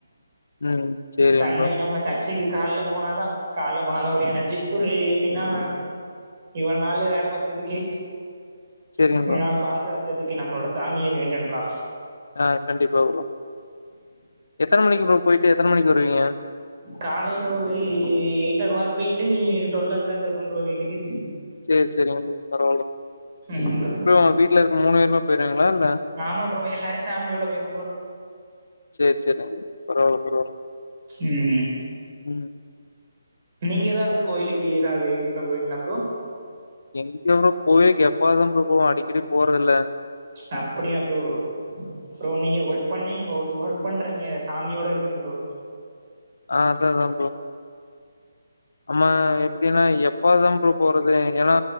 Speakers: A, on the left; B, on the right.
A: ம் சரிங்க
B: சண்டேனா
A: ப்ரோ.
B: நம்ம சர் ச்சிக்கு கால்ல போனாதா கால்ல போனாதா ஒரு எனர்ஜி ஒரு எப்டின்னா இவள் நாளு வேல பாத்ததுக்கு
A: சரிங்க
B: இதனால்
A: ப்ரோ.
B: பாக்கற் அத்ததுக்கு நம்மளோட சாமிய வேண்டனும்லா
A: ஆ கண்டிப்பா வருவோ எத்தன மணிக்கி ப்ரோ போயிட்டு எத்தன மணிக்கு வருவீங்க
B: காலைல ஒரு எய்ட் ஓ க்ளாக் போயிட்டு டுவெல் ஓ க்ளாக் வருவம் ப்ரோ வீட்டுக்கு
A: சேர் சேரிங்க பரவால்ல
B: ம் ப்ரோ
A: போ வீட்ல இருக்ற மூணு பேருமே போயிருவீங்களா இல்ல
B: ஆமா ப்ரோ எல்லாரு ஃபேமிலியோட போய்ருவோ ப்ரோ
A: சேர் சேர்ங் ப்ரோ பரவால்ல பரவால்ல
B: ம்
A: ம்
B: நீங்க எதாவ்து கோயிலுக்கு எதாவ்து கும்ட போவீங்களா ப்ரோ
A: எங்க ப்ரோ கோயில்க்கு எப்பாவ்து தாம் ப்ரோ போவ அடிக்கடி போறதில்ல
B: அப்டியா ப்ரோ ப்ரோ நீங்க ஒர்க் பண்ணி இங் ஒ ஒர்க் பண்றீங்க சாமியோட இருக்கனு ப்ரோ
A: ஆ அதா அதா ப்ரோ நம்ம எப்டின்னா எப்பாவ்துதாம் ப்ரோ போறது ஏன்னா